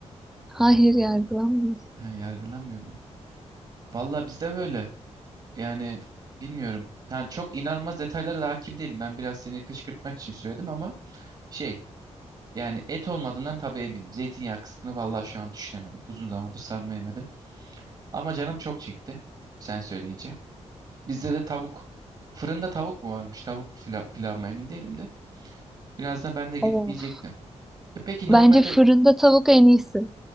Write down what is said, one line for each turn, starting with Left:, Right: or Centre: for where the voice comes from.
Centre: Hayır yargılamayız.
Right: He, yargılanmıyor muyum? Valla bizde böyle. Yani bilmiyorum. Yani çok inanılmaz detaylara da hakim değilim. Ben biraz seni kışkırtmak için söyledim ama şey yani et olmadığından tabii eminim. Zeytinyağı kısmını valla şu an düşünemedim. Uzun zamandır sarma yemedim. Ama canım çok çekti sen söyleyince. Bizde de tavuk fırında tavuk mu varmış? Tavuk fila- pilav mı emin değilim de. Birazdan ben de gidip
Centre: Of.
Right: yiyecektim. E peki normalde
Centre: Bence fırında tavuk en iyisi.